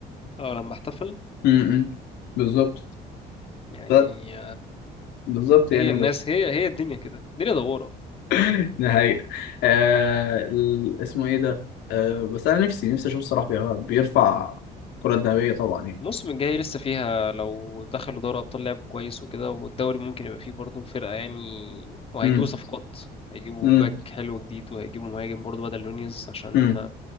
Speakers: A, on the left; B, on the left.
A: أو لما احتفل
B: م- م. بالظبط
A: يعني
B: ف- بالظبط يعني
A: هي الناس
B: بس
A: هي هي الدنيا كده الدنيا دوارة
B: <laughs> ده حقيقة آه... ال- اسمه ايه ده آه... بس انا نفسي نفسي اشوف صلاح بير- بيرفع الكرة الذهبية طبعا يعني
A: الموسم الجاي لسه فيها لو دخلوا دوري أبطال لعب كويس وكده والدوري ممكن يبقى فيه برضه فرقة يعني وهيجيبوا
B: امم
A: صفقات هيجيبوا
B: امم
A: باك حلو جديد وهيجيبوا مهاجم برضه بدل نونيز عشان
B: امم